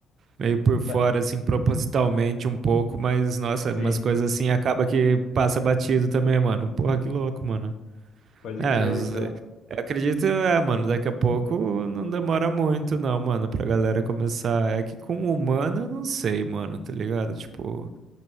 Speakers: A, on the right (about 60°); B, on the left (about 65°).
A: meio por fora,
B: mas,
A: assim, propositalmente um pouco, mas, nossa,
B: sim,
A: umas coisas assim acaba que passa batido também, mano. Porra, que louco, mano.
B: pode
A: É,
B: crer, então.
A: eu acredito, é, mano, daqui a pouco não demora muito, não, mano, pra galera começar. É que com humano eu não sei, mano, tá ligado? Tipo,